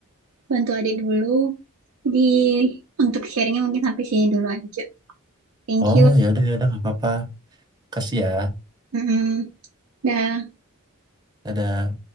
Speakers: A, on the right; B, on the right.
A: bantu adik dulu. Jadi, untuk sharingnya mungkin sampai sini dulu aja. Thank
B: oh
A: you.
B: ya udah ya udah nggak apa-apa kasih ya
A: Mm-mm. Dah.
B: dadah